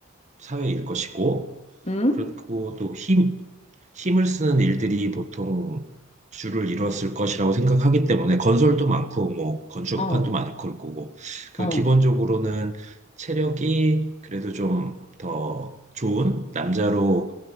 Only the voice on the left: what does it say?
응?
어,
어.